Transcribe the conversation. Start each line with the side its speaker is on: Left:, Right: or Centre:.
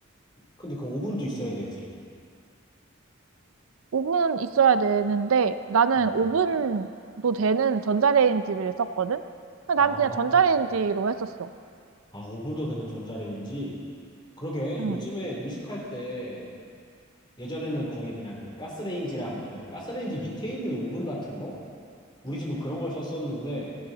Left: 근데 그 오븐도 있어야 되지.
Right: 오븐 있어야 되는데 나는
Left: 어,
Right: 오븐도 되는 전자레인지를 썼거든. 근데
Left: 아,
Right: 난 그냥 전자레인지로 했었어.
Left: 아, 오븐도 되는 전자레인지? 그러게,
Right: 응.
Left: 요즘에 음식할 때 예전에는 거의 그냥 그 가스레인지랑 그 가스레인지 밑에 있는 오븐 같은 거? 우리 집은 그런 걸 썼었는데,